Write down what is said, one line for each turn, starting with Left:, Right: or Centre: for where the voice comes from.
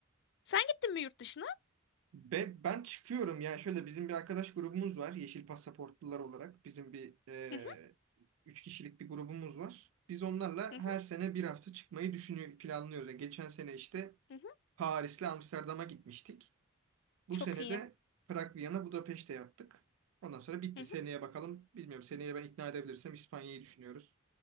Left: Sen gittin mi yurt dışına?
Right: Be, ben çıkıyorum yani şöyle bizim bir arkadaş grubumuz var yeşil pasaportlular olarak bizim bir e,
Left: Hı hı
Right: üç kişilik bir grubumuz var. Biz onlarla
Left: hı hı.
Right: her sene bir hafta çıkmayı düşünüyor planlıyoruz. Yani geçen sene işte
Left: hı hı.
Right: Paris'le Amsterdam'a gitmiştik. Bu
Left: Çok
Right: sene
Left: iyi.
Right: de Prag, Viyana, Budapeşte yaptık. Ondan sonra bitti.
Left: Hı hı.
Right: Seneye bakalım. Bilmiyorum. Seneye ben ikna edebilirsem İspanya'yı düşünüyoruz.